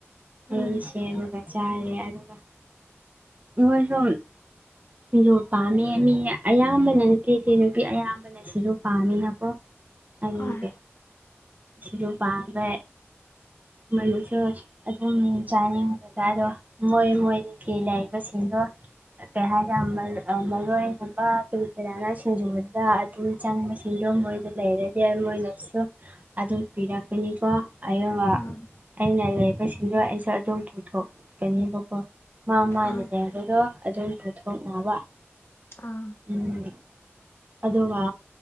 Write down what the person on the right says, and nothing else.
<unintelligible>
ꯁꯦꯝꯃꯒ ꯆꯥꯔꯦ ꯑꯗꯨꯒ ꯃꯣꯏꯁꯣꯝ ꯁꯤꯡꯖꯨ ꯄꯥꯝꯃꯦ ꯃꯤ ꯑꯌꯥꯝꯕꯅ <unintelligible> ꯅꯨꯄꯤ ꯑꯌꯥꯝꯕꯅ ꯩꯅ ꯁꯤꯁꯨ ꯄꯥꯝꯃꯤꯅꯀꯣ ꯑꯗꯨꯒꯤ
ꯁꯤꯁꯨ ꯄꯝꯃꯦ ꯃꯣꯏꯁꯨ ꯑꯗꯨꯝ ꯆꯥꯅꯤꯡꯕꯗ ꯑꯗꯣ ꯃꯣꯏ ꯃꯣꯏ ꯀꯤ ꯂꯩꯕꯁꯤꯡꯗꯣ ꯀꯩ ꯍꯥꯏꯔꯦ ꯃꯔꯣꯏꯒꯨꯝꯕ ꯀꯔꯤ ꯀꯌꯥꯅ ꯁꯤꯡꯖꯨꯗ ꯑꯗꯨꯝ ꯆꯪꯕꯁꯤꯡꯗꯣ ꯃꯣꯏꯗ ꯂꯩꯔꯗꯤ ꯃꯣꯏꯅꯁꯨ ꯑꯗꯨꯝ ꯄꯤꯔꯛꯀꯅꯤꯀꯣ ꯑꯗꯨꯒ
ꯑꯩꯅ ꯂꯩꯕꯁꯤꯡꯗꯣ ꯑꯩꯁꯨ ꯑꯗꯨꯝ ꯄꯨꯊꯣꯛꯀꯅꯤꯕꯀꯣ ꯃꯥ ꯃꯥꯅ
ꯂꯩ ꯕꯀꯣ ꯑꯗꯨꯝ ꯄꯨꯊꯣꯛꯅꯕ
ꯎꯝ ꯑꯗꯨꯒ